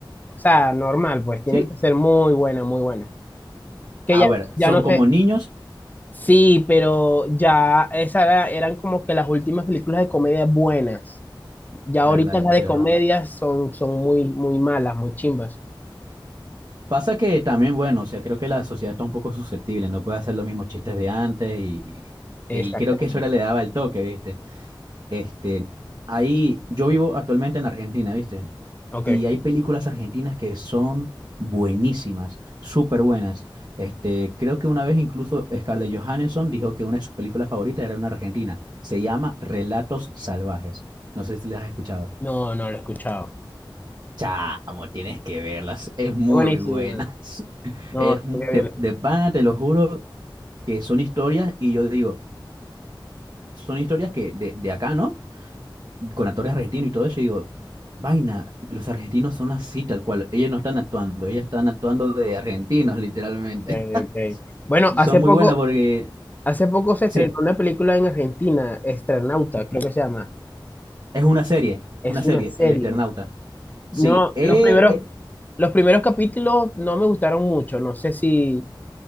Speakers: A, on the left; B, on the right.
A: O sea, normal, pues tiene
B: ¿Sí?
A: que ser muy buena, muy buena. Que
B: A
A: ya,
B: ver, son
A: ya no
B: como
A: sé.
B: niños,
A: Sí, pero ya esas era- eran como que las últimas películas de comedia buenas. Ya
B: ¿verdad?
A: ahorita
B: Eso
A: las
B: sí
A: de
B: es
A: comedia
B: verdad.
A: son, son muy, muy malas, muy chimbas.
B: Pasa que también, bueno, o sea, creo que la sociedad está un poco susceptible, no puede hacer los mismos chistes de antes y, y
A: Exactamente.
B: creo que eso le daba el toque, ¿viste? Este, ahí yo vivo actualmente en Argentina, ¿viste?
A: Ok.
B: Y hay películas argentinas que son buenísimas, súper buenas. Este, creo que una vez incluso Scarlett Johansson dijo que una de sus películas favoritas era una argentina. Se llama Relatos Salvajes. No sé si las has escuchado.
A: No, no lo he escuchado.
B: Chamo, tienes que verlas. Es muy
A: Es buenísimo.
B: buenas. <laughs>
A: No,
B: Es,
A: tengo
B: mu-
A: que
B: de,
A: verlo.
B: de pana, te lo juro, que son historias y yo digo, son historias que de, de acá, ¿no? con actores argentinos y todo eso, y digo, vaina, los argentinos son así tal cual, ellos no están actuando, ellos están actuando de argentinos, literalmente.
A: Ok,
B: <laughs>
A: ok. Bueno,
B: Son
A: hace
B: muy
A: poco,
B: buenas porque,
A: Hace poco se
B: sí,
A: estrenó una película en Argentina, Estrenauta, creo que se llama.
B: es una serie,
A: Es
B: una serie,
A: una serie.
B: El Eternauta.
A: No,
B: Sí, eh,
A: los primeros,
B: eh,
A: los primeros capítulos no me gustaron mucho. No sé si,